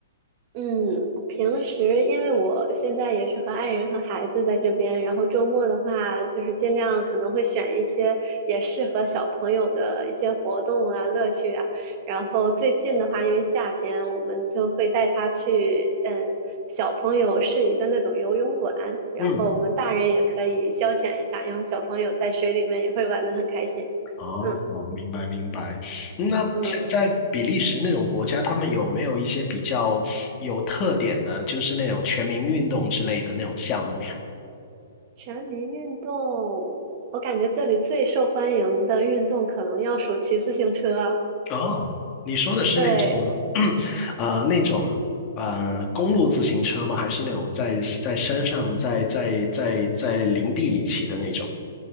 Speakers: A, on the right; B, on the left.
A: 嗯，平时因为我现在也是和爱人和孩子在这边，然后周末的话，就是尽量可能会选一些也适合小朋友的一些活动啊、乐趣啊。然后最近的话，因为夏天，我们就会带他去嗯小朋友适宜的那种游泳馆，然后我们大人也可以消遣一下，
B: 嗯。
A: 然后小朋友在水里面也会玩得很开心。
B: 哦，
A: 嗯
B: 我明白明白。那像在比利时那种国家，
A: 嗯。
B: 他们有没有一些比较有特点的，就是那种全民运动之类的那种项目呀？
A: 全民运动，我感觉这里最受欢迎的运动可能要数骑自行车。
B: 哦，你说的是那种，
A: 对，
B: <clears throat> 呃，那种呃公路自行车吗？还是那种在在山上在在在在林地里骑的那种？